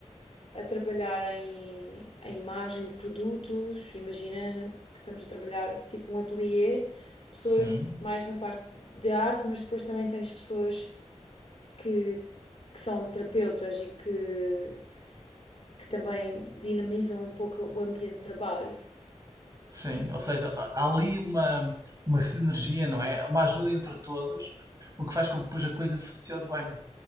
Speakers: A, on the left; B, on the right.
A: a trabalhar em, em imagem de produtos. Imagina que estamos a trabalhar tipo um ateliê, pessoas
B: sim,
A: mais na parte de arte, mas depois também tens pessoas que, que são terapeutas e que, que também dinamizam um pouco o ambiente de trabalho.
B: sim. Ou seja, há há ali uma, uma sinergia, não é? Uma ajuda entre todos, o que faz com que depois a coisa funcione bem.